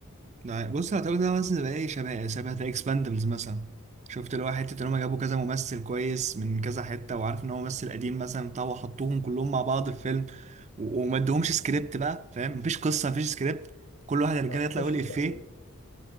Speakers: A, on the right; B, on the left.
A: ده حقيقة بص هتقول ده مثلا زي ايه شبه شبه ذا اكسباندبلز مثلا شفت اللي هو حتة ان هم جابوا كذا ممثل كويس من كذا حتة وعارف ان هو ممثل قديم مثلا بتاع وحطوهم كلهم مع بعض في فيلم و- وما ادوهمش سكريبت بقى فاهم مفيش قصة مفيش سكريبت كل واحد رجاله
B: اه
A: يطلع
B: خشوا
A: يقول افيه
B: في فعلا